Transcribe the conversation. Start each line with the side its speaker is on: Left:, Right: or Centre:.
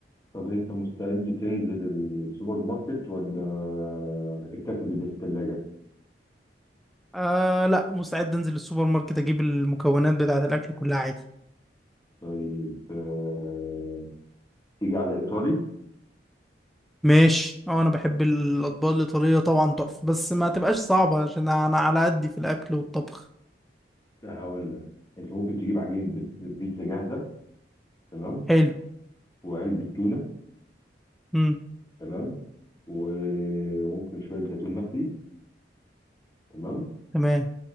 Left: طب انت مستعد تنزل السوبر ماركت ولا هتكتفي باللي في الثلاجه
Centre: آه لا مستعد انزل السوبر ماركت اجيب المكونات بتاعة الاكل كلها عادي
Left: طيب آه، تيجي على ايطالي
Centre: ماشي اه انا بحب الاطباق الايطالية طبعا تحفة بس ما تبقاش صعبة عشان انا على قدي في الاكل والطبخ
Left: هقول لك انت ممكن تجيب عجينه بيت- بيتزا جاهزه تمام
Centre: حلو
Left: وعلبه تونه
Centre: امم
Left: تمام وممكن شويه زيتون مخلي تمام
Centre: تمام